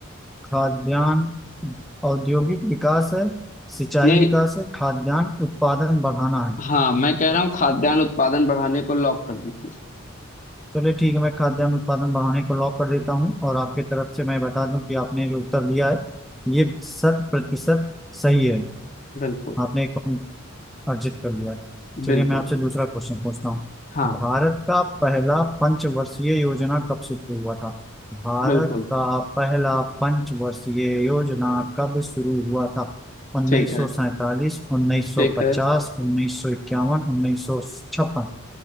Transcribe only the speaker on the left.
नहीं
हाँ मैं कह रहा हूँ खाद्यान्न उत्पादन बढ़ाने को लॉक कर दीजिए
बिल्कुल
बिल्कुल
बिल्कुल
हाँ
बिल्कुल
ठीक है
ठीक
है